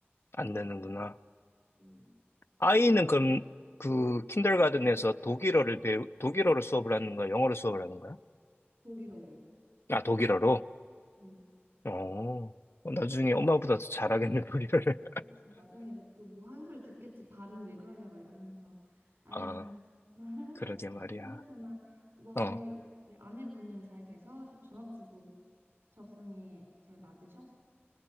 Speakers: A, on the left; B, on the right.
A: 안 되는구나.
B: 그래서 음
A: 아이는 그럼 그 킨더가든에서 독일어를 배우, 독일어로 수업을 하는 거야? 영어로 수업을 하는 거야?
B: 독일어로
A: 아, 독일어로?
B: 음.
A: 어, 어, 나중에 엄마보다 더 잘하겠네, 독일어를.
B: 그치, 나중에 이제 또 뭐 한 소리 듣겠지. 발음이 왜 그러냐 막 이러면서.
A: <laughs>
B: 아휴.
A: 아,
B: <laughs>
A: 그러게 말이야.
B: 그나저나 너희
A: 어,
B: 우리 아내분은 잘 계셔? 저- 전업주부 적성에 잘 맞으셔?